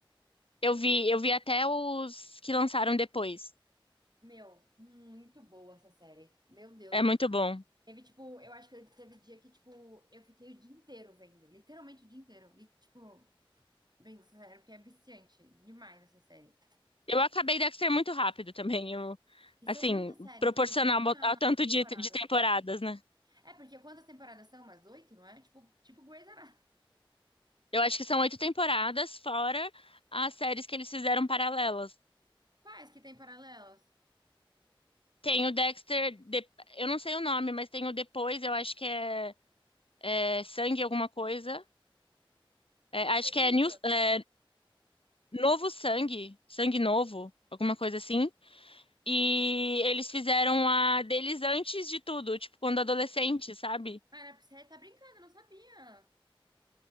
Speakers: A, on the left; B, on the right.
A: Eu vi, eu vi até os que lançaram depois.
B: Meu, muito boa essa série. Meu Deus.
A: É muito bom.
B: Teve, tipo, eu acho que teve dia que, tipo, eu fiquei o dia inteiro vendo. Literalmente o dia inteiro. Li- tipo, vendo essa série, porque é viciante demais essa série.
A: Eu acabei Dexter muito rápido também, eu,
B: E
A: assim,
B: são muitas séries,
A: proporcional
B: e são muitas
A: ao ao tanto
B: temporadas.
A: de, de temporadas, né?
B: É, porque quantas temporadas são? Umas oito, não é? Tipo, tipo Grey's Anatomy.
A: Eu acho que são oito temporadas, fora as séries que eles fizeram paralelas.
B: Quais que tem paralelos
A: Tem o Dexter, de- eu não sei o nome, mas tem o depois, eu acho que é, é Sangue alguma coisa. É,
B: Acredito.
A: acho que é, New, é Novo Sangue, Sangue Novo, alguma coisa assim. E eles fizeram a deles antes de tudo, tipo, quando adolescente, sabe?
B: Cara, você tá brincando, eu não sabia.